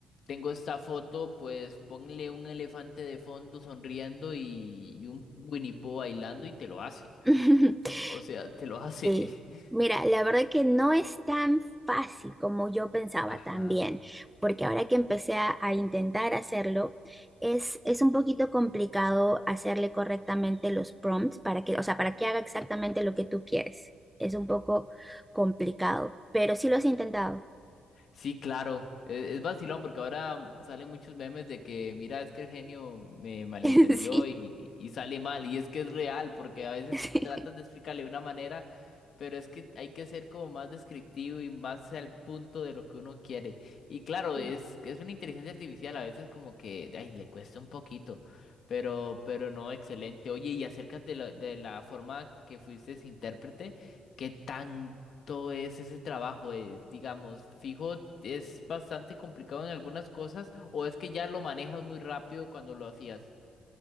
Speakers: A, on the left (about 60°); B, in the centre.
A: tengo esta foto, pues ponle un elefante de fondo sonriendo y, y un Winnie Pooh bailando y te lo hace.
B: <laughs>
A: O sea, te lo hace.
B: Sí.
A: <laughs>
B: Mira, la verdad que no es tan fácil como yo pensaba
A: Ajá.
B: también, porque ahora que empecé a, a intentar hacerlo, es, es un poquito complicado hacerle correctamente los prompts para que, o sea, para que haga exactamente lo que tú quieres. Es un poco complicado, pero sí lo has intentado.
A: Sí, claro. Es, es vacilón porque ahora mm, salen muchos memes de que, mira, es que el genio me malentendió
B: <laughs> Sí,
A: y, y sale mal. Y es que es real porque a veces
B: sí.
A: tratas de explicarle de una manera, pero es que hay que ser como más descriptivo y más al punto de lo que uno quiere. Y claro,
B: Sí.
A: es, es una inteligencia artificial, a veces como que, ay, le cuesta un poquito, pero, pero no, excelente. Oye, y acerca de la, de la forma que fuiste intérprete. ¿Qué tan todo es ese trabajo, eh, digamos, fijo, es bastante complicado en algunas cosas o es que ya lo manejas muy rápido cuando lo hacías.